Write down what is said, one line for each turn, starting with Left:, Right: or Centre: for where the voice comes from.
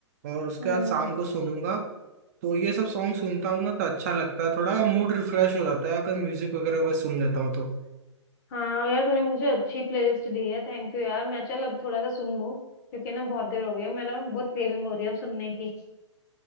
Right: और उसके
Left: हम्म।
Right: बाद शाम को सुनूंगा तो ये सब सॉन्ग सुनता हूँ ना तो अच्छा लगता है थोड़ा मूड रिफ्रेश हो जाता है अगर म्यूजिक वगैरह बस सुन लेता हूँ तो।
Left: हाँ यार तूने मुझे अच्छी प्लेलिस्ट दी है थैंक यू यार मैं चल अब थोड़ा सा सुन लूँ क्योंकि ना बहुत देर हो गई है मेरा बहुत क्रेविंग हो रही है अब सुनने की